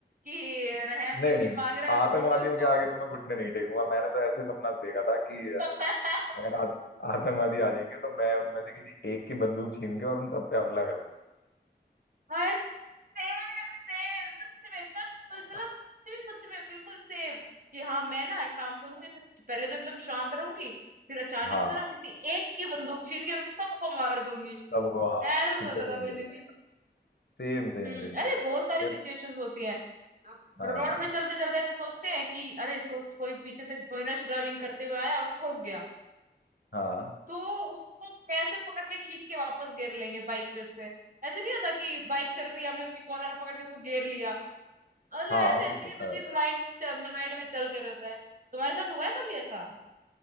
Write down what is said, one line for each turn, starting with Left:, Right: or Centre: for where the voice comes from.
Right: कि रहम
Left: नहीं
Right: की
Left: नहीं
Right: भीख मांग रहे
Left: आतंकवादियों
Right: हैं छोड़ दो इसको
Left: के आगे तो मैं घुटने नहीं टेकूंगा मैंने तो ऐसे सपना देखा था कि अ,
Right: <laughs>
Left: अगर आत, आतंकवादी आ जाएंगे तो मैं उनमें से किसी एक की बंदूक छीन के और उन सब पे हमला कर
Right: हाय सेम सेम सच में कस
Left: दूंगा
Right: मतलब सच में सच में बिल्कुल सेम कि हाँ मैं ना एक काम करूंगी जैसे पहले तो एकदम शांत रहूंगी फिर अचानक
Left: हाँ
Right: से ना किसी एक की बंदूक छीन के मैं सबको मार दूंगी
Left: सबको हाँ
Right: ऐसे
Left: सबको
Right: सोचा
Left: बोल
Right: था मैंने
Left: दिया जाएगा
Right: भी
Left: सेम सेम
Right: हम्म
Left: सेम
Right: अरे
Left: यही
Right: बहुत
Left: है। और
Right: सारी
Left: फिर
Right: सिचुएशंस होती हैं आप
Left: हाँ
Right: रोड पे चलते चलते ऐसे सोचते हैं कि अरे सोच कोई पीछे से कोई रश ड्राइविंग करते हुए आया और ठोक गया
Left: हाँ
Right: तो उसको कैसे पकड़ के खींच के वापस घेर लेंगे बाइक पे से ऐसे नहीं होता कि बाइक चल रही है हमने उसकी कॉलर पकड़ के उसको घेर लिया मतलब
Left: हाँ
Right: ऐसे
Left: वो
Right: अजीब
Left: तो होता
Right: अजीब
Left: रहता
Right: माइंड
Left: है
Right: माइंड में चलते रहता है तुम्हारे साथ हुआ है कभी ऐसा